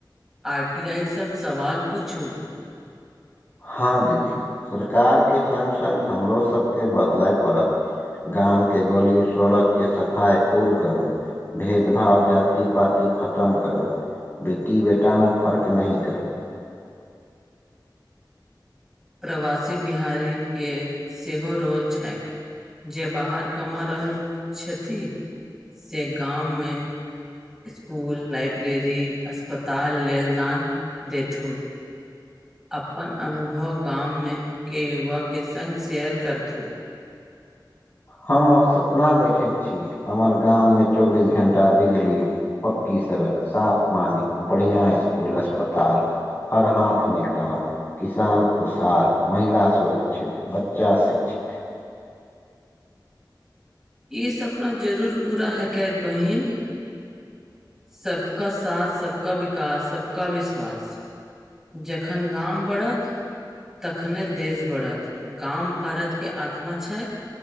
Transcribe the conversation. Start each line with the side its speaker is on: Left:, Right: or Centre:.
Centre: आठ डीय ई सब सवाल पूछू।
Left: हा दीदी सरकार के संग संग हमरो सबके बदलाय पड़त। गाम के गली सड़क के सफाइ खुद करू। भेदभाव जाति पति खतम करू। बेटी बेटा मे फर्क नहि करू।
Centre: प्रवासी बिहारी के सेहो रोल छेक। जे बाहर कमा रहल छथि से गाम मे। स्कूल लाइब्रेरी अस्पताल लेल दान देथु। अपन अनुभव गाम मे के युवा के संग शेयर करथु।
Left: हम अब सपना देखे छी हमर गाम मे चौबीस घंटा बिजली। पक्की सड़क साफ पानी बढ़िया स्कूल अस्पताल हर हाथ मे काम किसान खुश हाल महिला सुरक्षित बच्चा शिक्षित।
Centre: ई सपना जरूर पूरा हे कायत बहिन सबका साथ सबका विकास सबका विश्वास। जखन गाम बढ़त। तखने देश बढ़त गाम भारत के आत्मा छेक।